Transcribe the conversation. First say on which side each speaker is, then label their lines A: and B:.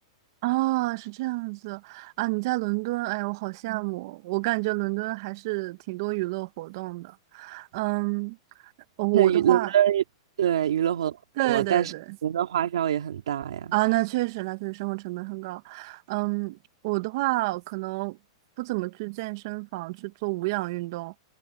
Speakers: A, on the right; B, on the right.
A: 啊，是这样子啊，你在伦敦，哎呀，我好羡慕，我感觉伦敦还是挺多娱乐活动的。嗯，我的话，
B: 那娱伦敦对娱乐活动很多，
A: 对对对。
B: 但是伦敦花销也很大呀。
A: 啊，那确实，那确实生活成本很高。嗯，我的话可能不怎么去健身房去做无氧运动，